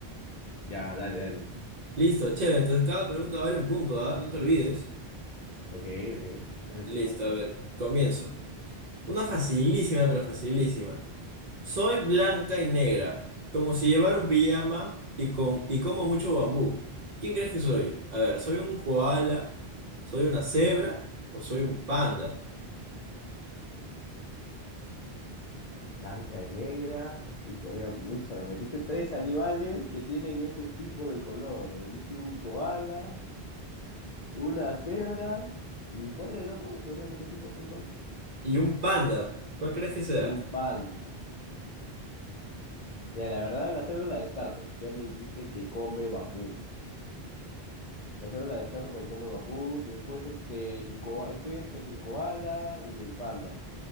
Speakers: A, on the left; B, on the right.
A: ya, dale, dale.
B: Listo, chévere. Entonces, cada pregunta vale un punto, ¿ah? No te olvides.
A: Ok, ok, dale
B: Listo,
A: tú nomás.
B: a ver, comienzo. Una facilísima, pero facilísima. Soy blanca
A: Ya,
B: y negra, como si llevara un pijama y, com- y como mucho bambú. ¿Quién crees que soy? A ver, ¿soy un koala? ¿Soy una cebra? ¿O soy un panda?
A: blanca y negra. Y mira, mucha, me metiste tres animales que tienen ese tipo de color. Me metiste un koala, una cebra. ¿Y cuál era el otro? ¿Me podrías repetir, por favor, Pablo?
B: Y un panda, ¿cuál crees que sea?
A: Y un panda. Mira, la verdad, la cebra la descarto, porque ya me dijiste que come bambú. La cebra la descarto porque come bambú. Después, este, el koa- estoy entre el koala y el panda.